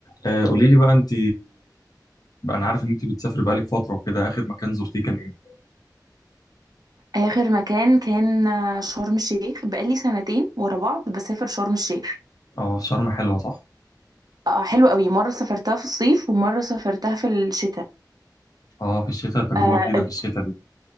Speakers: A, on the left (about 55°); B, on the right (about 60°).
A: آه، قولي لي بقى انت بقى انا عارف ان انت بتسافري بقالك فتره وكده اخر مكان زرتيه كان ايه
B: آخر مكان كان آه، شرم الشيخ بقالي سنتين ورا بعض بسافر شرم الشيخ
A: اه شرم حلوه صح
B: آه حلو قوي مرة سافرتها في الصيف ومرة سافرتها في الشتاء
A: اه في الشتاء تجربه
B: آه
A: جديده
B: ات-
A: في الشتاء دي